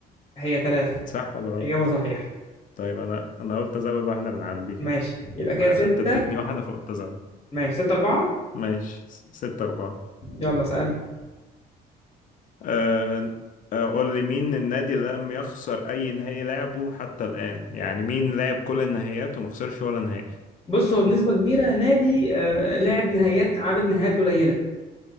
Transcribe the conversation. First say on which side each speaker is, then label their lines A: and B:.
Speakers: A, on the left; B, on the left.
A: هي ثلاثة
B: صح ولا غلط؟
A: إجابة صحيحة
B: طيب أنا أنا قلت أزود واحدة من عندي كده
A: ماشي يبقى كده
B: عشان
A: ستة
B: أنت اديتني واحدة فقلت أزود
A: ماشي ستة أربعة
B: ماشي س- ستة أربعة
A: يلا سألني
B: أه... آه، قول لي مين النادي اللي لم يخسر أي نهائي لعبه حتى الآن يعني مين لعب كل النهائيات وما خسرش ولا نهائي
A: بص هو بنسبة كبيرة نادي آه لعب نهائيات عدد نهائيات قليلة